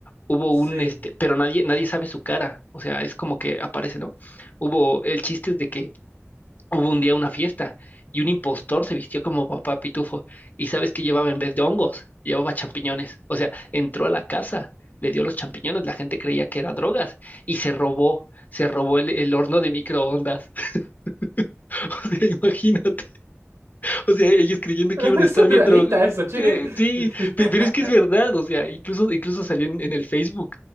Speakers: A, on the left (about 40°); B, on the right (about 80°).
A: Hubo
B: Sí.
A: un este, pero nadie, nadie sabe su cara, o sea, es como que aparece, ¿no? Hubo el chiste es de que Hubo un día una fiesta y un impostor se vistió como papá Pitufo. ¿Y sabes qué llevaba en vez de hongos? Llevaba champiñones. O sea, entró a la casa, le dio los champiñones, la gente creía que era drogas y se robó, se robó el, el horno de microondas. <laughs> O sea, imagínate. O sea, ellos creyendo
B: Pero
A: que iban
B: no
A: a
B: es
A: estar
B: surrealista
A: bien drogados.
B: eso, che.
A: Sí, sí,
B: <laughs>
A: pe- pero es que es verdad, o sea, incluso, incluso salió en, en el Facebook,